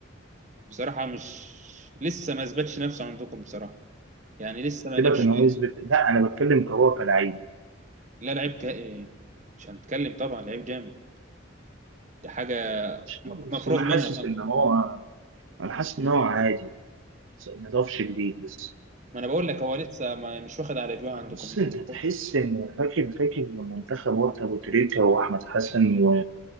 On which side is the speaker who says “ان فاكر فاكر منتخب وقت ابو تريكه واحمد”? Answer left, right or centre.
Right